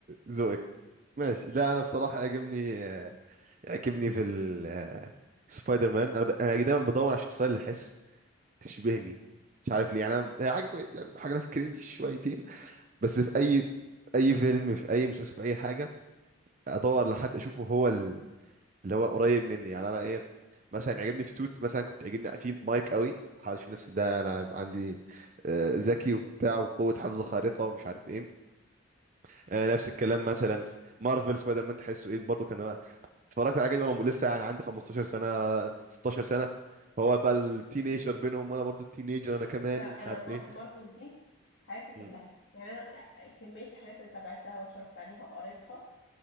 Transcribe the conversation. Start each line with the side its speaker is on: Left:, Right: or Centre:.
Right: ذوقك ماشي لا انا بصراحه يعجبني آه، يعجبني في ال- آه، سبايدر مان انا ب- أنا دايما بدور على الشخصيه اللي احس تشبهني مش عارف ليه يعني أنا- هي حاجه كويسه يعني حاجه ناس كرينج شويتين بس في اي في اي فيلم في اي مسلسل في اي حاجه ادور لحد اشوفه هو ال- اللي هو قريب مني يعني انا ايه مثلا عجبني في سوتس مثلا كنت عجبني في مايك قوي حاول اشوف نفسي ده انا هيبقى عندي آه، ذكي وبتاع وقوه حفظ خارقه ومش عارف ايه آه، نفس الكلام مثلا في مارفل سبايدر مان تحسه ايه برضه كان هو اتفرجت على جدول وانا لسه يعني عندي 15 سنه 16 سنه فهو بقى التينيجر بينهم وانا برضو التينيجر انا كمان
Left: لا انا
Right: ومش عارف
Left: ما-
Right: ايه
Left: مارفل دي حياتي
Right: م.
Left: كلها يعني انا كميه حاجات اللي تابعتها واتفرجت عليها وقريتها